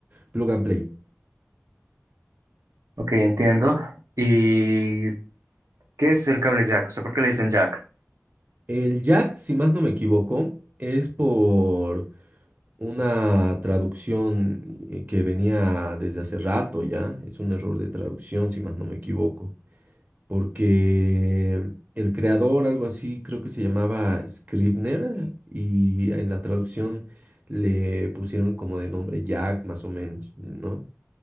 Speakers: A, on the right; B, on the right.
A: plug and play.
B: ok, entiendo. ¿Y qué es el cable jack? O sea, ¿por qué le dicen jack?
A: El jack, si más no me equivoco, es por una traducción eh, que venía desde hace rato ya, es un error de traducción, si más no me equivoco. porque el creador, algo así, creo que se llamaba Scribner, y en la traducción le pusieron como de nombre Jack, más o menos, ¿no?